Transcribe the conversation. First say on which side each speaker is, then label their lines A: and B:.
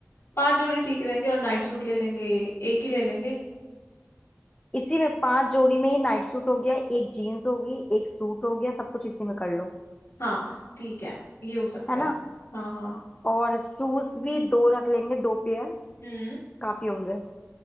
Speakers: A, on the left; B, on the left.
A: पांच जोड़ी ठीक रहेंगे और नाइट सूट ले लेंगे एक ही ले लेंगे
B: इसी में पांच जोड़ी में ही नाइट सूट हो गया एक जीन्स हो गई एक सूट हो गया सब कुछ इसी में कर लो
A: हाँ ठीक है ये हो सकता
B: है ना
A: है हाँ हाँ
B: और शूज भी दो रख लेंगे दो पेयर
A: हम्म
B: काफी होंगे